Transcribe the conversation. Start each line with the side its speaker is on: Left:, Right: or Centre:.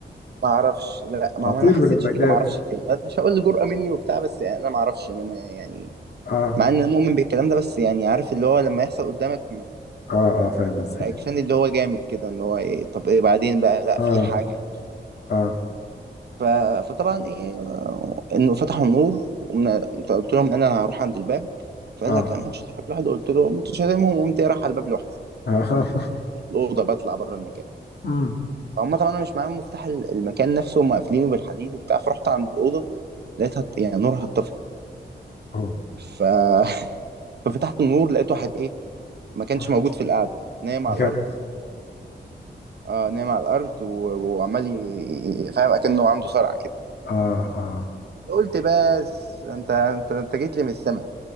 Right: ما اعرفش لا ما
Left: أطير
Right: ما- انا ما حسيتش
Left: من المكان
Right: كده ما اعرفش ليه ما- مش هقول جرأة مني وبتاع بس يعني انا ما اعرفش انا ما يعني
Left: آه
Right: مع ان انا مؤمن بالكلام ده بس يعني عارف اللي هو لما يحصل قدامك
Left: آه آه فاهم قصدك
Right: رياكشن اللي هو جامد كده اللي هو ايه طب ايه بعدين بقى لا
Left: آه
Right: في حاجة
Left: آه
Right: ف... فطبعا ايه آه، انه فتحوا النور ومن... قلت لهم انا هروح عند الباب فقال
Left: آه
Right: لك لا ما حدش يتحرك لوحده قلت له قمت شاتمهم وقمت إيه، رايح على الباب لوحدي
Left: آه <laughs>
Right: الاوضه بطلع بره المكان
Left: أمم.
Right: فهم طبعا انا مش معاهم مفتاح ال- المكان نفسه هم قافلينه بالحديد وبتاع فرحت عند الاوضه لقيتها يعني نورها اتطفى
Left: أوه.
Right: ف... <laughs> ففتحت النور لقيت واحد ايه ما كانش
Left: أوف.
Right: موجود في القعده نايم
Left: بجد
Right: على الارض اه نايم على الارض و... وعمال ي- فاهم اكنه عنده صرع كده
Left: آه آه
Right: قلت بس انت انت انت جيت لي من السما